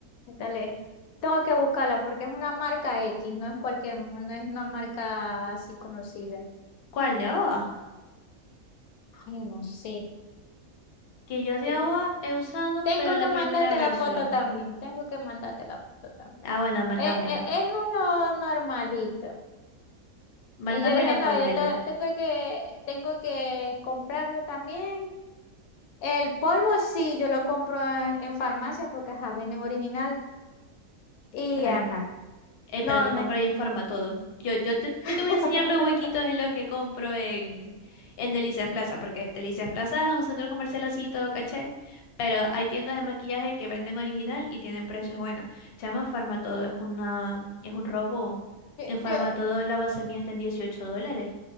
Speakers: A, on the left; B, on the left.
A: Dale. Tengo que buscarla porque es una marca X, no es cualquier, no es una marca así conocida.
B: ¿Cuál de AOA?
A: Ay, no sé.
B: Que yo de
A: Sí.
B: AOA he usado,
A: Tengo
B: pero la
A: que mandarte
B: primera
A: la
B: versión.
A: foto también. Tengo que mandarte la foto también.
B: Ah, bueno, mándamela.
A: Eh, eh, es uno normalito. Y
B: Mándamelo,
A: yo dije, no,
B: Pabelo.
A: yo te- tengo que, tengo que comprarlo también. El polvo sí, yo lo compro en, en farmacia porque, ajá, venden original. Y,
B: Claro.
A: ajá,
B: Eh,
A: no
B: pero no
A: me...
B: compro ahí en Forma todo. Yo, yo, yo,
A: <laughs>
B: yo te voy a enseñar los huequitos en los que compro en, en Delicias Plaza, porque Delicias Plaza es un centro comercial así todo caché, pero hay tiendas de maquillaje que venden original y tienen precios buenos. Chama, Forma todo es una, es un robo.
A: Yo,
B: En Forma
A: yo,
B: todo la base mía está en 18 dólares.